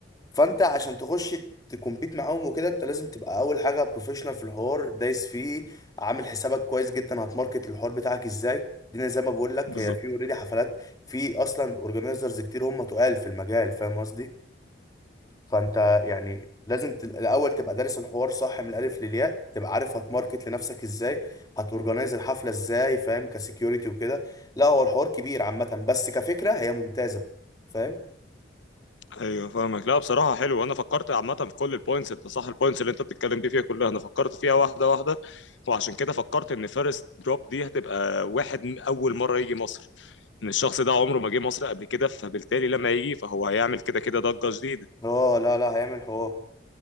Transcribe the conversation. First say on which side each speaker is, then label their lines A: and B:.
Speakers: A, on the left (about 20°); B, on the left (about 80°).
A: فانت عشان تخش تكمبيت معاهم وكده انت لازم تبقى اول حاجه بروفيشنال في الحوار دايس فيه عامل حسابك كويس جدا هتماركت الحوار بتاعك ازاي دي زي ما بقول لك
B: بالظبط
A: هي في اوريدي حفلات في اصلا اورجانيزرز كتير هم تقال في المجال فاهم قصدي فانت يعني لازم تل- الاول تبقى دارس الحوار صح من الالف للياء تبقى عارف هتماركت لنفسك ازاي هتورجنايز الحفله ازاي فاهم كسكيورتي وكده لا هو الحوار كبير عامه بس كفكره هي ممتازه فاهم
B: ايوه فاهمك لا بصراحه حلو انا فكرت عامه في كل البوينتس انت صح البوينتس اللي انت بتتكلم دي فيها كلها انا فكرت فيها واحده واحده وعشان كده فكرت ان فيرست دروب دي هتبقى واحد من اول مره يجي مصر ان الشخص ده عمره ما جه مصر قبل كده فبالتالي لما يجي فهو هيعمل كده كده ضجه جديده
A: اه لا لا هيعمل حوار